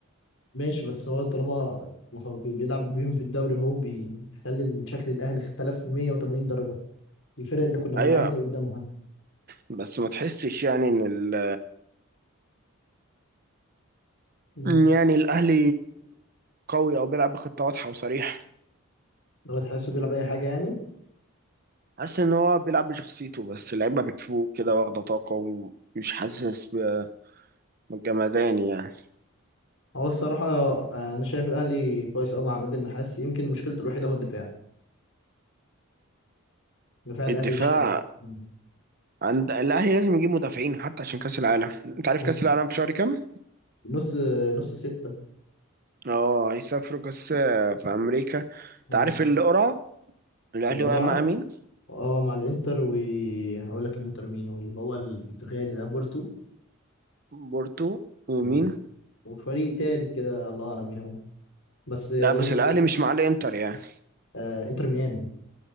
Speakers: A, on the left; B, on the right.
A: ماشي بس هو طالما ما هو بي- بيلعب بيهم في الدوري هو بيخلي شكل الاهلي اختلف 180 درجه الفرق اللي كنا بنعاني
B: أيوة
A: قدامها
B: بس ما تحسش يعني إن ال...
A: مم.
B: إن يعني الأهلي قوي أو بيلعب بخطة واضحة وصريحة
A: لو تحسه بيلعب اي حاجه يعني
B: حاسس إن هو بيلعب بشخصيته بس اللعيبة بتفوق كده واخدة طاقة ومش حاسس ب- بالجمدان يعني
A: هو الصراحه آه، انا شايف الاهلي كويس قوي مع عماد النحاس يمكن مشكلته الوحيده هو الدفاع دفاع الاهلي
B: الدفاع
A: مش حلو مم.
B: عند الأهلي لازم يجيب مدافعين حتى عشان كأس العالم أنت عارف
A: مم.
B: كأس العالم في شهر كام؟
A: نص نص سته
B: أه هيسافروا كأس في أمريكا أنت
A: مم.
B: عارف القرعة الأهلي
A: القرعه
B: واقع مع مين؟
A: اه مع الانتر وهقول لك الانتر مين واللي هو البرتغالي ده بورتو
B: بورتو ومين
A: و- وفريق تالت كده الله اعلم مين هو بس جنوب
B: لا بس
A: افريقيا
B: الاهلي مش مع الانتر يعني
A: آه انتر ميامي